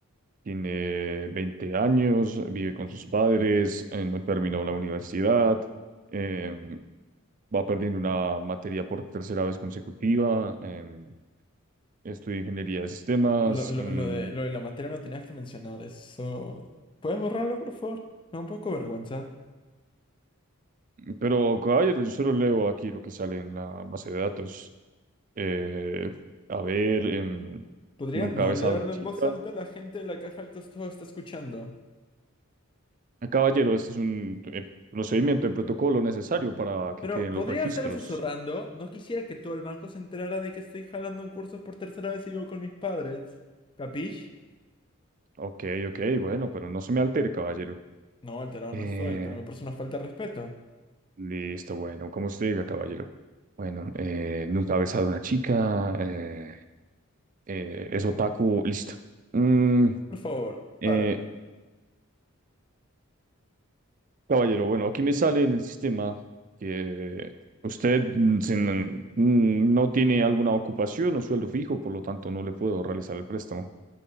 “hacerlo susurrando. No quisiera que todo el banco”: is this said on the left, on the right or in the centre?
Left